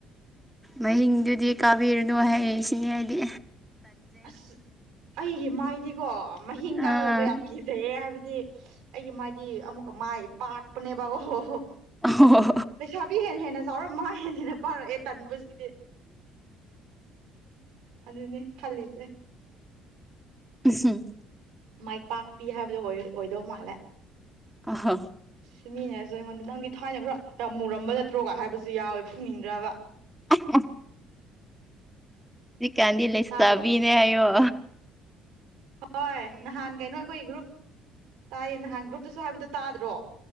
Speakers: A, in the centre; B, on the right.
A: ꯃꯍꯤꯡꯗꯨꯗꯤ ꯀꯥꯕꯤꯔꯅꯨꯌꯦ ꯍꯥꯏꯁꯤꯅꯦ ꯑꯩꯗꯤ
B: ꯑꯁ ꯑꯩꯒꯤ ꯃꯥꯏꯗꯤꯀꯣ ꯃꯍꯤꯡ
A: ꯑꯥ
B: ꯀꯥꯒꯗꯧꯕ ꯌꯥꯝ ꯀꯤꯖꯩꯌꯦ ꯍꯥꯏꯕꯗꯤ ꯗꯤ ꯑꯩꯒꯤ ꯃꯥꯢꯗꯤ ꯑꯃꯨꯛꯀ ꯃꯥꯏ ꯄꯥꯛꯄꯅꯦꯕ ꯍꯣ ꯍꯣ ꯍꯣ
A: ꯍꯣ ꯍꯣ
B: ꯂꯩꯁꯥꯕꯤ ꯍꯦꯟꯅ ꯍꯦꯟꯅ ꯆꯥꯎꯔ ꯃꯥ ꯍꯦ ꯍꯦꯟꯅ ꯄꯥꯔꯛꯑꯦ ꯇꯟꯕꯁꯤꯗꯤ ꯑꯗꯨꯅꯦ ꯈꯜꯂꯤꯁꯦ
A: ꯝ
B: ꯃꯥꯏ ꯄꯥꯛꯄꯤ ꯍꯥꯏꯕꯗꯨꯣ ꯑꯣꯏꯗꯧ ꯃꯥꯜꯂꯦ
A: ꯑ ꯍ
B: ꯁꯤ ꯃꯤꯅꯦꯁꯨ ꯑꯩꯉꯣꯟꯗ ꯅꯪꯗꯤ ꯊꯥꯏꯅ ꯈꯔ ꯌꯥꯝ ꯃꯨꯔꯝꯕ ꯅꯠꯇ꯭ꯔꯣꯒ ꯍꯥꯏꯕꯁꯨ ꯌꯥꯎꯋꯦ ꯐꯨꯅꯤꯡꯗ꯭ꯔꯕ
A: <unintelligible> ꯁꯤꯖꯤꯛ ꯀꯥꯟꯗꯤ ꯂꯩꯁ
B: ꯇꯥꯕ꯭ꯔꯣ
A: ꯇꯥꯕꯤꯅꯦ ꯑꯣ
B: ꯍꯣꯏ ꯅꯍꯥꯟ ꯀꯩꯅꯣ ꯑꯩꯈꯣꯏ ꯒ꯭ꯔꯨꯞ ꯇꯥꯏꯌꯦ ꯅꯍꯥꯟ ꯒ꯭ꯔꯨꯞꯇꯁꯨ ꯍꯥꯏꯕꯗꯣ ꯇꯥꯗ꯭ꯔꯣ